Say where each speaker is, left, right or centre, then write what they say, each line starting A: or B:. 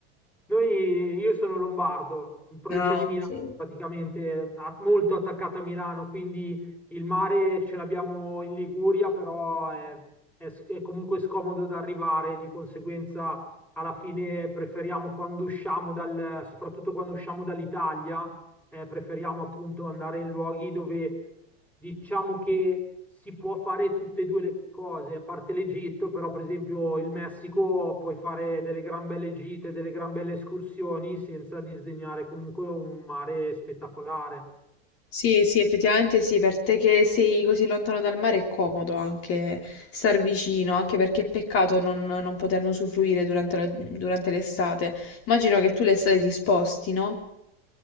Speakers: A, in the centre; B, on the left (about 45°).
A: Noi, io sono lombardo, in provincia
B: Ah,
A: di Milano,
B: sì.
A: praticamente a- molto attaccata a Milano, quindi il mare ce l'abbiamo in Liguria, però è, è s- è comunque scomodo da arrivare, di conseguenza alla fine preferiamo quando usciamo dal, soprattutto quando usciamo dall'Italia eh, preferiamo appunto andare in luoghi dove diciamo che si può fare tutte e due le cose, a parte l'Egitto, però per esempio il Messico puoi fare delle gran belle gite, delle gran belle escursioni senza disdegnare comunque un mare spettacolare.
B: Sì, sì, effettivamente sì, per te che sei così lontano dal mare è comodo anche star vicino, anche perché è peccato non, non poterne usufruire durante la- durante l'estate. Immagino che tu l'estate ti sposti, no?